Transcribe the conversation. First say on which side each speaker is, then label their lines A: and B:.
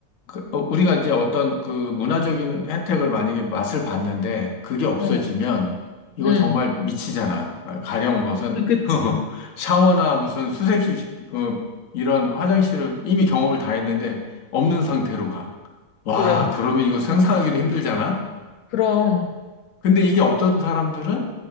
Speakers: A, on the left; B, on the left.
A: 그, 어, 우리가 이제 어떤 그 문화적인 혜택을 만약에 맛을 봤는데 그게 없어지면
B: 응,
A: 이거
B: 응.
A: 정말 미치잖아. 아, 가령 무슨
B: 그치.
A: <laughs> 샤워나 무슨 수세식 어, 이런 화장실을 이미 경험을 다 했는데 없는 상태로 가. 와,
B: 그래.
A: 그러면 이거 상상하기도 힘들잖아.
B: 그럼,
A: 근데 이게 없던 사람들은